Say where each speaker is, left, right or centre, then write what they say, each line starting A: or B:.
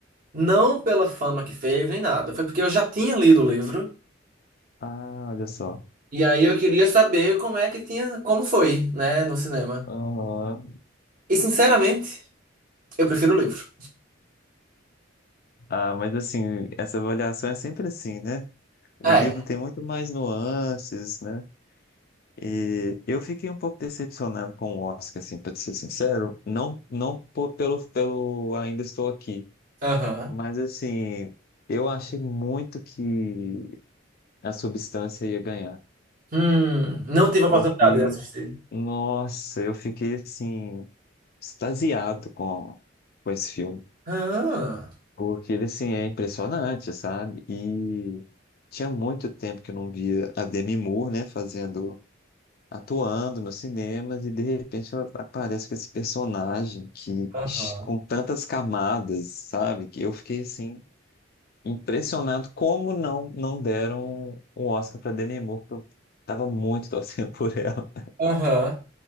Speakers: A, on the right; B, on the left.
A: não pela fama que fez nem nada, foi porque eu já tinha lido o livro.
B: Ah, olha só.
A: E aí eu queria saber como é que tinha, como foi, né, no cinema.
B: Aham.
A: E sinceramente, eu prefiro o livro.
B: Ah, mas assim, essa avaliação é sempre assim, né? O
A: É.
B: livro tem muito mais nuances, né? E eu fiquei um pouco decepcionado com o Oscar, assim, para ser sincero. Não, não po- pelo, pelo Ainda Estou Aqui,
A: Aham.
B: mas assim, eu achei muito que a substância ia ganhar.
A: Hum, não tive a oportunidade
B: Porque,
A: de assistir.
B: nossa, eu fiquei assim, extasiado com, com esse filme.
A: Ah,
B: Porque ele, assim, é impressionante, sabe? E tinha muito tempo que eu não via a Demi Moore, né, fazendo, atuando nos cinemas, e de repente ela aparece com esse personagem que,
A: aham.
B: com tantas camadas, sabe? Que eu fiquei, assim, impressionado como não, não deram um Oscar para Demi Moore, que eu tava muito <laughs> torcendo por ela.
A: Aham.